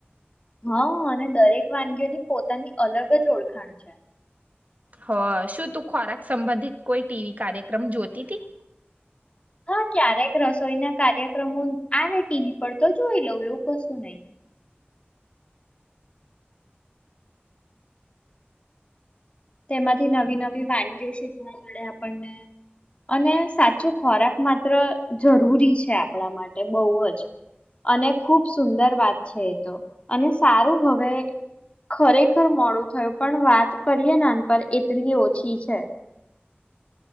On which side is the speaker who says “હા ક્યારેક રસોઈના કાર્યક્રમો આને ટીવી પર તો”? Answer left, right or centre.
Left